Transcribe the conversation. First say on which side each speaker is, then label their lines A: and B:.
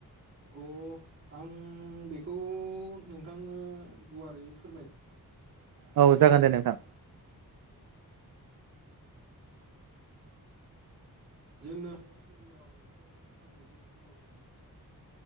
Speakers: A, on the right; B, on the right.
A: अ आं बेखौ नोंथांनो गुवारै फोरमाय <unintelligible> <unintelligible> <unintelligible>
B: औ जागोन दे नोंथां
A: जोंनो गिबियावनो साम'जों सबाय संनो थाखाय